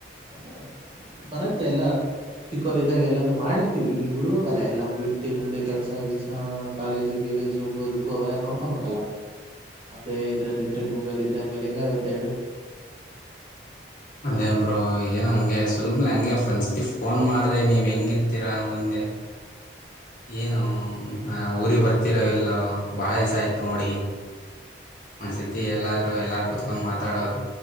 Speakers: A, on the right (about 30°); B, on the left (about 45°).
A: ಅದೇ ಬರತ್ತೆ ಎಲ್ಲಾ ಚಿಕ್ಕವರು ಇದಾಗ ಎಲ್ಲದು <unintelligible> ಮಾಡಿರ್ತಿವಿ ಈ ಬಿಡ್ಬೇಕಲ್ಲ ಎಲ್ಲಾ ಬಿಟ್ಟು ಮುಂದೆ ಕೆಲ್ಸ ಗಿಲ್ಸ ಕಾಲೇಜು ಗಿಲೇಜು ಬದುಕು ಅವೆಲ್ಲ ನೋಡ್ಕೊಬೇಕಲ್ಲ ಅದೇ ಇದ್ರಲ್ಲ ಇದ್ರೆ ಗೂಂಗಲ್ ಇದ್ರೆ ಆಮೇಲೆ ಹೆಂಗ ಆಗತ್ತ ಹೇಳ್ರಿ
B: ಅದೇ ಬ್ರೋ <unintelligible> ಹಂಗೆ ಸುಲಭನೆ ಹಂಗೆ ಫ್ರಂಡಸತಿ ಫೋನ್ ಮಾಡಿದೆ ನೀವು ಹೆಂಗಿರ್ತೀರಾ ಮುಂದೆ ಏನು ಊರಿಗೆ ಬರ್ತಿರೋ ಇಲ್ಲೋ ಬಾಳ ದಿಸಾ ಆಯ್ತು ನೋಡಿ ಒಂದ್ಸತಿ ಎಲ್ಲಾದ್ರು ಎಲ್ಲಾರೂ ಕೂತ್ಕೊಂಡು ಮಾತಾಡೋರು